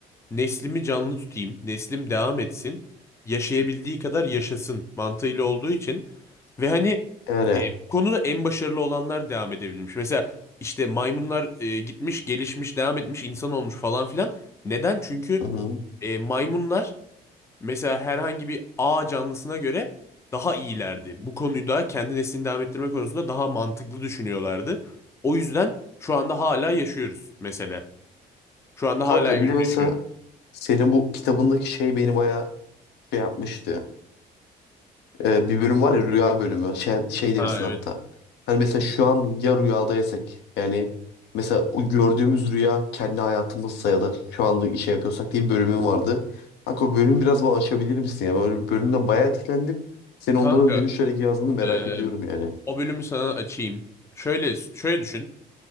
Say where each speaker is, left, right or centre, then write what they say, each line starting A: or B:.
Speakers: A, on the left; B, on the left.
A: neslimi canlı tutayım, neslim devam etsin, yaşayabildiği kadar yaşasın mantığıyla olduğu için ve hani
B: Yani.
A: e, bu konuda en başarılı olanlar devam edebilmiş. Mesela işte maymunlar e, gitmiş, gelişmiş, devam etmiş, insan olmuş falan filan. Neden? Çünkü
B: Hı hı.
A: e, maymunlar mesela herhangi bir A canlısına göre daha iyilerdi. Bu konuda kendi neslini devam ettirme konusunda daha mantıklı düşünüyorlardı. O yüzden şu anda hala yaşıyoruz mesela. Şu anda
B: Kanka
A: hala birlikte
B: bir de mesela
A: yaşıyoruz.
B: senin bu kitabındaki şey beni bayağı şey yapmıştı. Ee, bir bölüm var ya rüya bölümü. Şey, şey
A: Ha
B: demişsin hatta.
A: evet.
B: Hani mesela şu an ya rüyadaysak yani mesela o gördüğümüz rüya kendi hayatımızsa ya da şu anda şey yapıyorsak diye bir bölümün vardı. Kanka o bölümü biraz bana açabilir misin ya? Böyle bir bölümden bayağı etkilendim. Senin
A: Kanka,
B: onlara ne düşünerek yazdığını merak
A: eee,
B: ediyorum yani.
A: o bölümü sana açayım. Şöyle şöyle düşün.